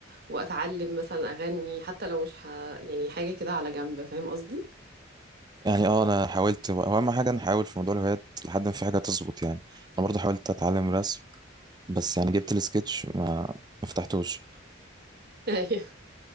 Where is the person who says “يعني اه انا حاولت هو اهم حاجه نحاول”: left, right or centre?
Right